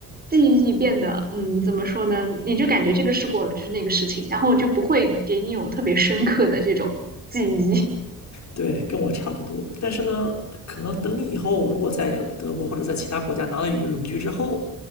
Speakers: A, on the right (about 25°); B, on the left (about 55°).
A: 记忆变得，嗯，怎么说呢？你就感觉这个试过了，就是那个事情，然后就不会给你有特别深刻的这种。记忆，
B: 对，跟我差不多。但是呢，可能等你以后如果在德国或者在其他国家拿到永居之后，